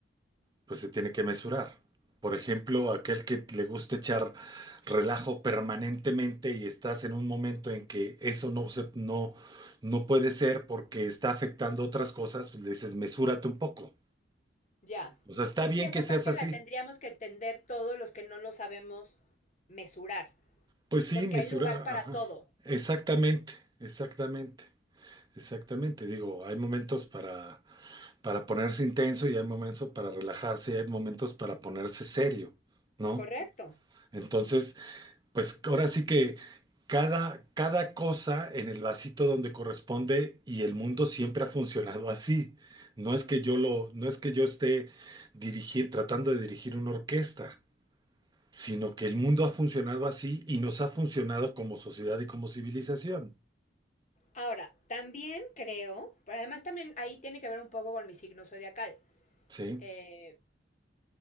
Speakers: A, on the right; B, on the left.
A: pues se tiene que mesurar. Por ejemplo, aquel que le gusta echar relajo permanentemente y estás en un momento en que eso no se, no, no puede ser porque está afectando otras cosas, pues le dices, mesúrate un poco.
B: ya.
A: O sea, está
B: Sí,
A: bien
B: y esa
A: que seas
B: parte
A: así.
B: la tendríamos que entender todos los que no lo sabemos mesurar,
A: Pues sí,
B: porque
A: mesura.
B: hay lugar para
A: ajá.
B: todo,
A: Exactamente, exactamente, exactamente. Digo, hay momentos para, para ponerse intenso y hay momentos para relajarse y hay momentos para ponerse serio, ¿no?
B: correcto.
A: Entonces, Pues ahora sí que cada, cada cosa en el vasito donde corresponde y el mundo siempre ha funcionado así. No es que yo lo, no es que yo esté dirigir, tratando de dirigir una orquesta, sino que el mundo ha funcionado así y nos ha funcionado como sociedad y como civilización.
B: Ahora, también creo, pero además también ahí tiene que ver un poco con mi signo zodiacal,
A: Sí,
B: eh,